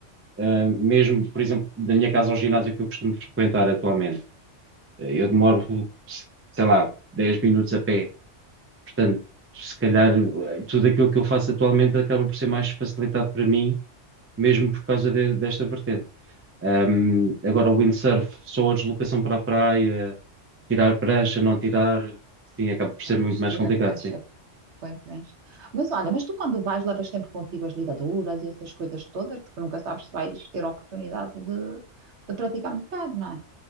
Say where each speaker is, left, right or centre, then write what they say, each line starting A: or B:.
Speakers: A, on the right (about 20°); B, on the right (about 65°).
A: Uh, mesmo, por exemplo, da minha casa ao ginásio que eu costumo frequentar atualmente, uh, eu demoro, sei lá, 10 minutos a pé. Portanto, se calhar uh, tudo aquilo que eu faço atualmente acaba por ser mais facilitado para mim, mesmo por causa de- desta vertente. Um, agora, o windsurf, só a deslocação para a praia, tirar prancha, não tirar, sim, acaba por ser
B: Vais,
A: muito mais
B: tira
A: complicado,
B: a prancha,
A: sim.
B: põe prancha. Mas olha, mas tu quando vais levas sempre contigo as ligaduras e essas coisas todas, porque nunca sabes se vais ter a oportunidade de, de praticar um bocado, não é?